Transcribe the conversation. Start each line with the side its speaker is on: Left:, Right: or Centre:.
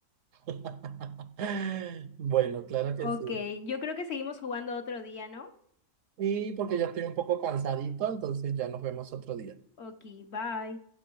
Right: <laughs> Bueno, claro que
Left: Ok,
Right: sí.
Left: yo creo que seguimos jugando otro día, ¿no?
Right: Y porque ya estoy un poco cansadito, entonces ya nos vemos otro día.
Left: Ok, bye.